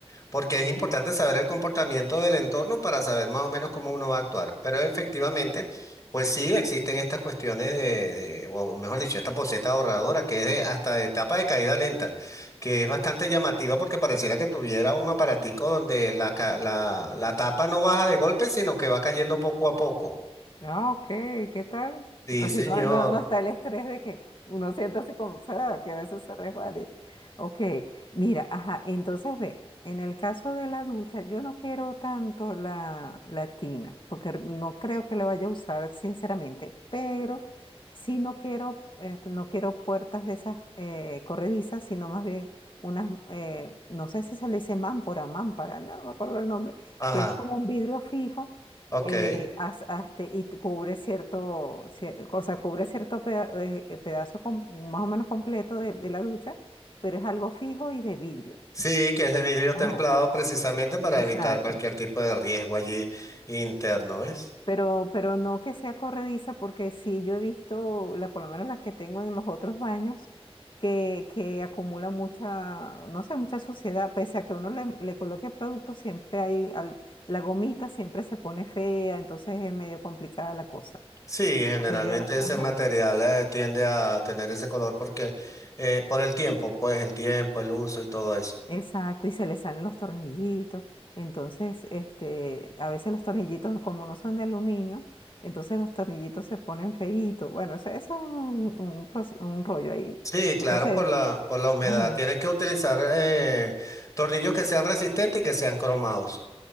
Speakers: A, on the left; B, on the left.
A: Porque es importante
B: Claro.
A: saber el comportamiento del entorno para saber más o menos cómo uno va a actuar. Pero efectivamente, pues sí existen estas cuestiones de, de- o mejor dicho, esta poseta ahorradora que es de- hasta de etapa de caída lenta, que es bastante llamativa porque pareciera que tuviera un aparatico donde la, ca- la, la tapa no baja de golpe, sino que va cayendo poco a poco.
B: Ah, ok, ¿qué tal?
A: Sí,
B: Así
A: señor.
B: no, no, no está el estrés de que puf, uno siente así como, o que a veces se resbale. Ok, mira, ajá, entonces ve, en el caso de la ducha, yo no quiero tanto la, la tina, porque r- no creo que la vaya a usar, sinceramente, pero sí no quiero, este, no quiero puertas de esas eh, corredizas, sino más bien unas, eh, no sé si se le dice mámpora, mámpara, no, no me acuerdo el nombre,
A: Ajá,
B: que es como un vidrio fijo
A: ok.
B: eh, haz- hazte- y te cubre cierto, cier- o sea, cubre cierto peda- eh, eh, pedazo com- más o menos completo de, de la ducha, pero es algo fijo y de vidrio.
A: Sí, que es de vidrio
B: Ajá,
A: templado precisamente para
B: exacto.
A: evitar cualquier tipo de riesgo allí interno, ¿ves?
B: Pero, pero no que sea corrediza, porque sí yo he visto, la, por lo menos las que tengo en los otros baños, que, que acumula mucha, no sé, mucha suciedad, pese a que uno le, le coloque producto, siempre hay, al- la gomita siempre se pone fea, entonces es medio complicada la cosa.
A: Sí, generalmente
B: Porque yo, ajá.
A: ese material eh, tiende a tener ese color porque eh, por el tiempo, pues el tiempo, el uso y todo eso.
B: Exacto, y se le salen los tornillitos. Entonces, este, a veces los tornillitos, como no son de aluminio, entonces los tornillitos se ponen feitos. Bueno, eso, eso es un, un proce- un rollo ahí.
A: Sí, claro,
B: Entonces,
A: por la, por la humedad.
B: ajá,
A: Tienes que utilizar eh, tornillos que sean resistentes y que sean cromados.